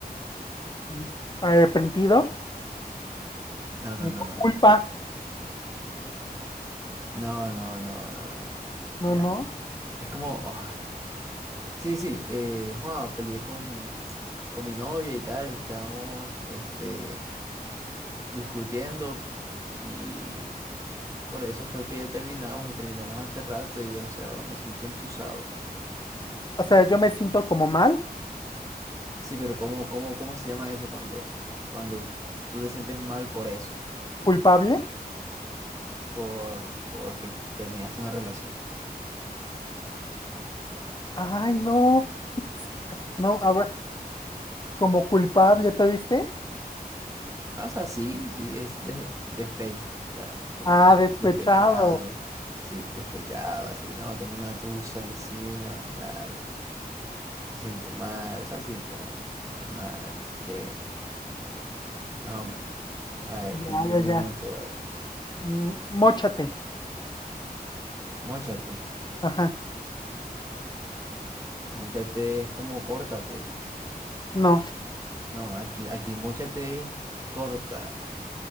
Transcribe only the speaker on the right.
No, no,
no,
no,
no. No, no, no, no, no. Mira,
es como... ah, Sí, sí, eh, joa, peleé con, con mi novia y tal, estábamos este, discutiendo y por eso fue que terminamos y terminamos hace rato y no sé, ahora me siento entusado.
Sí, pero ¿cómo, cómo, cómo se llama eso cuando, cuando tú te sientes mal por eso?
Por, porque terminaste una relación.
Ah, O sea, sí, sí, es de- despecho. O sea, como
despe-
despechado. Sí, despechado, así, no, tengo una tusa encima, tal. Me siento mal. O sea, sí, como te sientes mal, no sé qué. Más o menos. A ver,
di- dime
una tú, a ver.
Móchate.
Móchate es como córtate.
No, aquí, aquí móchate es corta.